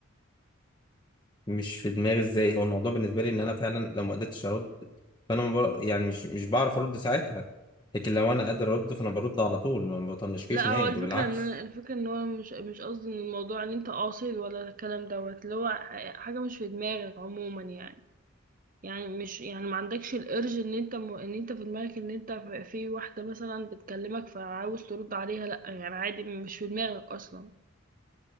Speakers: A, on the left; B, on the right.
A: مش في دماغي ازاي هو الموضوع بالنسبه لي ان انا فعلا لو ما قدرتش ارد فانا ما بر... يعني مش مش بعرف ارد ساعتها لكن لو انا قادر ارد فانا برد على طول ما بطنشكيش
B: لا
A: نهائي
B: هو الفكره
A: ده بالعكس
B: ان أنا- الفكره ان هو مش مش قصدي ان الموضوع ان انت قاصد ولا الكلام دوت اللي هو ح- حاجه مش في دماغك عموما يعني يعني مش يعني ما عندكش الارج ان انت م... ان انت في دماغك ان انت ف- في واحدة مثلا بتكلمك فعاوز ترد عليها لا يعني عادي مش في دماغك اصلا